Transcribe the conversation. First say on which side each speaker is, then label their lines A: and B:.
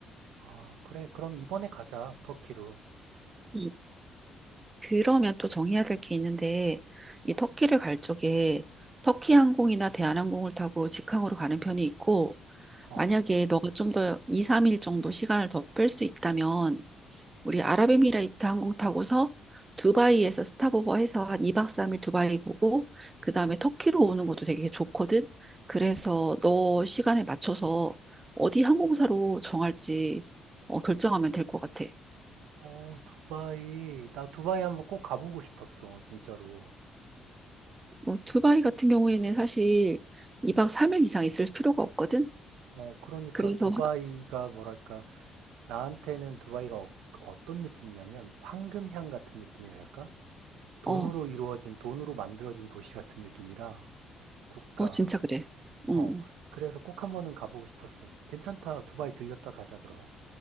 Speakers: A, on the right (about 85°); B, on the right (about 20°).
A: 아, 그래. 그럼 이번에 가자, 터키로.
B: 음. 그러면 또 정해야 될 게 있는데 이 터키를 갈 적에 터키 항공이나 대한항공을 타고 직항으로 가는 편이 있고
A: 어,
B: 만약에 너가 좀 더 2, 3일 정도 시간을 더 뺄 수 있다면 우리 아랍에미레이트 항공 타고서 두바이에서 스탑오버 해서 한 2박 3일 두바이 보고 그다음에 터키로 오는 것도 되게 좋거든. 그래서 너 시간에 맞춰서 어디 항공사로 정할지 어, 결정하면 될 것 같아.
A: 어, 두바이. 나 두바이 한번 꼭 가보고 싶었어, 진짜로.
B: 어, 두바이 같은 경우에는 사실 2박 3일 이상 있을 필요가 없거든.
A: 어, 그러니까
B: 그래서
A: 두바이가 뭐랄까, 나한테는 두바이가 어, 어떤 느낌이냐면 황금향 같은 느낌이랄까? 돈으로
B: 어,
A: 이루어진, 돈으로 만들어진 도시 같은 느낌이라 국가.
B: 어 진짜 그래. 음.
A: 어, 그래서 꼭 한번은 가보고 싶었어. 괜찮다. 두바이 들렸다 가자, 그럼.